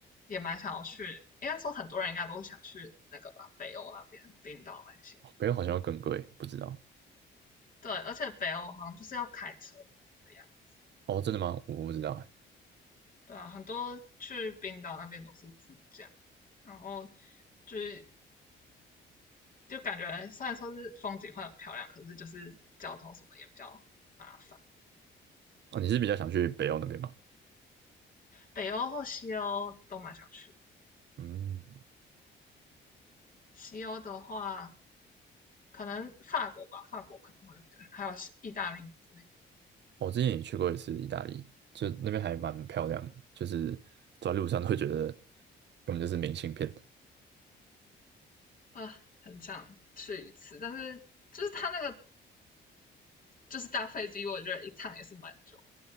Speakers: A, on the left (about 45°); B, on the right (about 60°).
A: 也蛮想要去，应该说很多人应该都想去那个吧，北欧那边，冰岛那些。
B: 哦北欧好像要更贵，不知道
A: 对，而且北欧好像就是要开车的样子
B: 哦，真的吗？我不知道哎。
A: 对啊，很多去冰岛那边都是自驾，然后就是就感觉虽然说是风景会很漂亮，可是就是交通什么也比较麻烦。
B: 哦，你是比较想去北欧那边吗？
A: 北欧或西欧都蛮想去
B: 嗯，
A: 西欧的话，可能法国吧，法国可能会对，还有意大利之类的
B: 我之前也去过一次意大利，就那边还蛮漂亮的，就是走在路上都会觉得根本就是明信片。
A: 啊，很想去一次。但是就是它那个就是搭飞机，我觉得一趟也是蛮久。